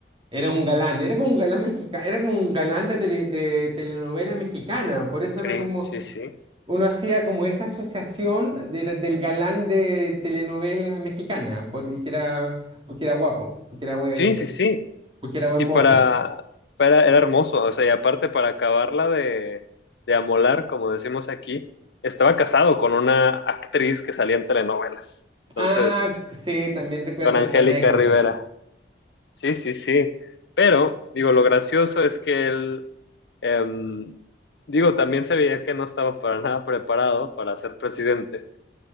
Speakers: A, on the right; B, on the left.
A: era un galán, era como un galán mexicano, era como un galán de, tele- de telenovela mexicana, por eso
B: sí,
A: era como...
B: sí, sí,
A: Uno hacía como esa asociación de- del galán de telenovela mexicana, por- y que era, porque era guapo, porque era buen,
B: sí,
A: por-
B: sí, sí,
A: porque era buen
B: Y
A: mozo.
B: para, para, era hermoso, o sea, y aparte para acabarla de, de amolar, como decimos aquí, estaba casado con una actriz que salía en telenovelas. Entonces,
A: Ah, sí, también recuerdo
B: con Angélica
A: esa anécdota.
B: Rivera. Sí, sí, sí. Pero, digo, lo gracioso es que él, em, digo, también se veía que no estaba para nada preparado para ser presidente.